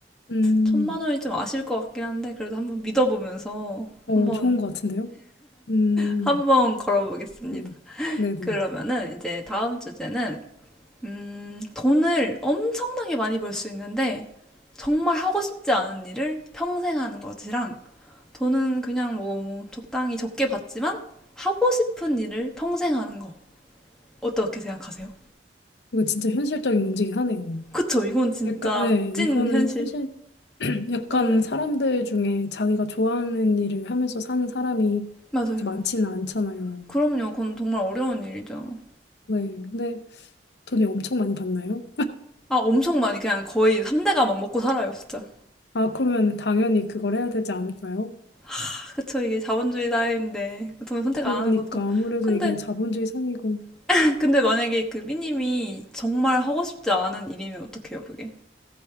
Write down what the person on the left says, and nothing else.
음.
어,
좋은 것 같은데요? 음.
네. 네네.
이거 진짜 현실적인 문제긴 하네요.
약간 네,
이거는
현실 <clears throat> 약간
사람들 중에 자기가 좋아하는 일을 하면서 사는 사람이
그렇게 많지는 않잖아요.
네. 근데 돈이 엄청 많이 받나요?
아, 그러면 당연히 그걸 해야 되지 않을까요?
그러니까
아무래도
이게 자본주의 상이고.